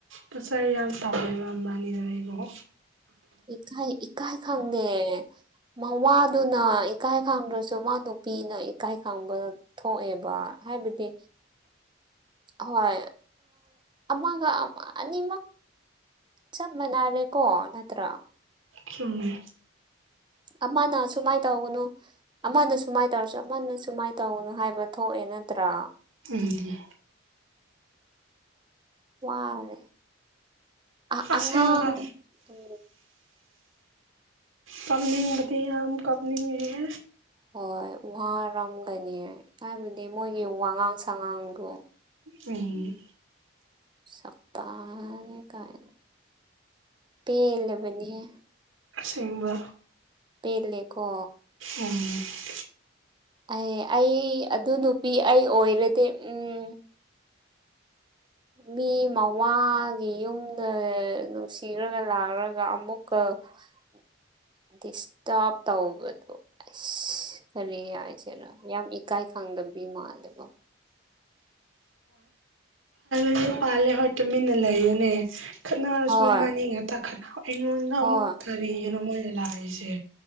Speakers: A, on the right (about 80°); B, on the right (about 25°).
A: ꯄꯁꯥꯏ ꯌꯥꯝ ꯇꯧꯃꯦꯦꯕꯕꯥꯅꯤꯗ ꯑꯩꯕꯨꯣ
B: ꯏꯀ ꯏꯀꯥꯏ ꯈꯪꯗꯦ ꯃꯋꯥꯗꯨꯅ ꯏꯀꯥꯏ ꯈꯪꯗ꯭ꯔꯁꯨ ꯃꯥ ꯅꯨꯄꯤꯅ ꯏꯀꯥꯏ ꯈꯪꯕ ꯊꯣꯛꯑꯦꯕ ꯍꯥꯏꯕꯗꯤ ꯍꯣꯏ ꯑꯃꯒ ꯑꯃ ꯑꯅꯤꯃꯛ ꯆ ꯃꯅꯥꯔꯦ ꯀꯣ ꯅ ꯅꯠꯇ꯭ꯔ
A: ꯆꯨꯝꯃꯦ
B: ꯑꯃꯅ ꯁꯨꯃꯥꯏꯅ ꯇꯧꯒꯅꯨ ꯑꯃꯅ ꯁꯨꯃꯥꯏꯅ ꯇꯧꯔꯁꯨ ꯑꯃꯅ ꯁꯨꯃꯥꯏꯅ ꯇꯧꯒꯅꯨ ꯍꯥꯏꯕ ꯊꯣꯛꯑꯦ ꯌꯦꯅꯠꯇ꯭ꯔꯥ
A: ꯎꯝ
B: ꯋꯥꯥꯏ ꯑ
A: ꯑꯁꯦꯡꯕ
B: ꯑꯉꯥꯡ ꯎ
A: ꯀꯞꯅꯤꯡꯕꯗꯤ ꯌꯥꯝ ꯀꯞꯅꯤꯡꯉꯦ
B: ꯍꯣꯏ ꯎꯍꯔꯝꯒꯅꯤ ꯍꯥꯏꯕꯗꯤ ꯃꯣꯏꯒꯤ ꯋꯥꯉꯥꯡ ꯁꯥꯉꯥꯡꯗꯣ
A: ꯎꯝ
B: ꯁꯄ ꯀꯅ ꯄꯂꯕꯅꯤꯍꯦ
A: ꯁꯕ
B: ꯄꯦꯂꯦꯀꯣ
A: ꯎꯝ
B: ꯑꯦ ꯑꯩ ꯑꯗꯨ ꯅꯨꯄꯤ ꯑꯩ ꯑꯣꯏꯔꯗꯤ ꯎꯝ ꯃꯤ ꯃꯋꯥꯒꯤ ꯌꯨꯝꯗ ꯅꯨꯡꯁꯤꯔꯒ ꯂꯥꯛꯔꯒ ꯑꯃꯨꯛꯀ <unintelligible> ꯗꯤꯁꯇꯥꯔꯕ ꯇꯧꯕꯗꯣ ꯑꯁ ꯀꯔꯤ ꯍꯥꯏꯁꯤꯦꯔꯥ ꯌꯥꯝ ꯏꯀꯥꯏ ꯈꯪꯗꯕꯤ ꯃꯥꯜꯗꯕ
A: ꯑꯗꯨ ꯄꯥꯜꯂꯦ ꯍꯣꯏ ꯇꯨꯃꯤꯟꯅ ꯂꯩꯌꯨꯅꯦ ꯈꯠꯅꯔꯁꯨ
B: ꯍꯣꯏ
A: ꯃꯅꯤꯡ ꯉꯇ ꯈꯠꯅ ꯑꯩꯉꯣꯟꯗ
B: ꯍꯣꯏ
A: ꯑꯃꯨꯛ ꯀꯔꯤꯒꯤꯅꯣ ꯃꯣꯏꯗ ꯂꯥꯛꯏꯁꯦ